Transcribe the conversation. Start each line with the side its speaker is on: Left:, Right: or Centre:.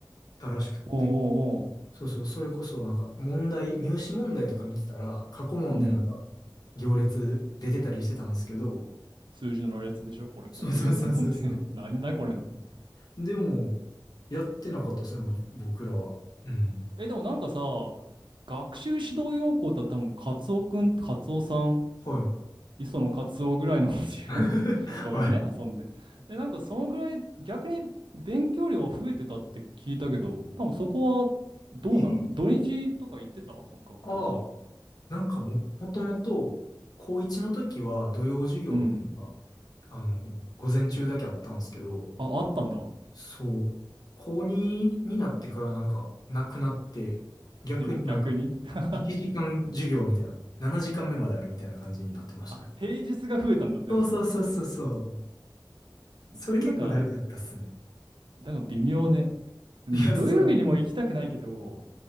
Left: たらしくって。
Right: おうおうおう。
Left: そうそう、それこそなんか問題、入試問題とか見てたら、過去問でなんか
Right: うん
Left: 行列出てたりしてたんですけど、
Right: 数字の羅列でしょこれ、
Left: そうそうそうそうそう。
Right: ボンボンボンボンボンって <laughs> なんだこれって。
Left: でも、やってなかったですね、ぼ僕らは。うん。
Right: え、でもなんかさ、学習指導要項だったら多分、カツオくん、カツオさん、
Left: はい。
Right: 磯野カツオぐらいの <laughs>
Left: <laughs>
Right: ごめんね、
Left: はい。
Right: 遊んで。え、なんかそのぐらい、逆に勉強量は増えてたって聞いたけど、多分そこはどうなの土日とか行ってた学校とか。
Left: え、ああ、なんかも、もともと、高1の時は土曜授業が、
Right: うん。
Left: あの、午前中だけあったんですけど、
Right: あ、あったんだ。
Left: そう。高2になってからなんかなくなって、逆になんか7
Right: え、逆に <laughs>
Left: 時間授業みたいな、7時間目まであるみたいな感じになってましたね。
Right: あ、平日が増えたんだ、全部。
Left: そうそうそうそうそう。それ結構だるかったっすね。
Right: それなんか、なんか微妙ね。うん土曜日にも行きたくないけど、
Left: いや、そう。